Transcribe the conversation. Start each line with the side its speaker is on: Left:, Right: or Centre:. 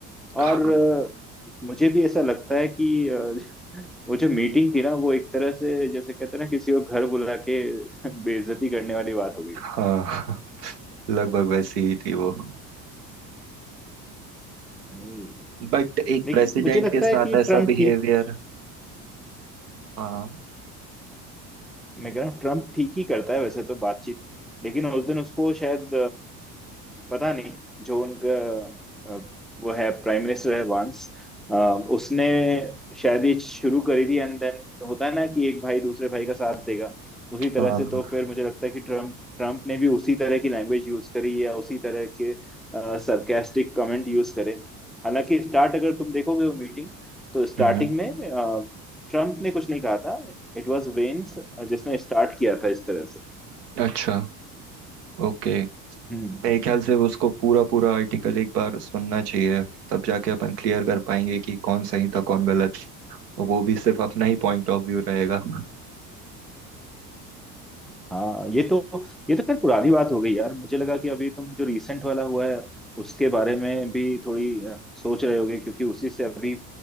Right: हाँ
Centre: और अ, मुझे भी ऐसा लगता है कि अ, वो जो मीटिंग थी ना वो एक तरह से जैसे कहते हैं ना किसी को घर बुला के <laughs> बेइज्जती करने वाली बात हो गई
Right: <laughs> लगभग वैसी ही थी वो
Centre: हम्म।
Right: बट एक
Centre: लेकिन
Right: प्रेसिडेंट
Centre: मुझे लगता
Right: के साथ
Centre: है कि
Right: ऐसा
Centre: ट्रम्प
Right: बिहेवियर
Centre: ठीक
Right: हाँ
Centre: मैं कह रहा हूँ ट्रम्प ठीक ही करता है वैसे तो बातचीत लेकिन उस दिन उसको शायद पता नहीं जो उनका अ, वो है प्राइम मिनिस्टर है वांस अ, उसने शायद ये शुरू करी थी एंड देन होता है ना कि एक भाई दूसरे भाई का साथ देगा उसी तरह
Right: हाँ
Centre: से तो फिर मुझे लगता है कि ट्रम्प ट्रम्प ने भी उसी तरह की लैंग्वेज यूज करी या उसी तरह के सरकास्टिक कमेंट यूज करे हालांकि स्टार्ट अगर तुम देखोगे वो मीटिंग तो स्टार्टिंग
Right: हम्म,
Centre: में ट्रम्प ने कुछ नहीं कहा था इट वाज वेंस जिसने स्टार्ट किया था इस तरह से
Right: अच्छा ओके
Centre: हम्म
Right: मेरे ख्याल से वो उसको पूरा पूरा आर्टिकल एक बार सुनना चाहिए तब जाके अपन क्लियर कर पाएंगे कि कौन सही था कौन गलत और वो भी सिर्फ अपना ही पॉइंट ऑफ व्यू रहेगा
Centre: हाँ ये तो ये तो खैर पुरानी बात हो गई यार मुझे लगा कि अभी तुम जो रीसेंट वाला हुआ है उसके बारे में भी थोड़ी अ, सोच रहे होगे क्योंकि उसी से अभी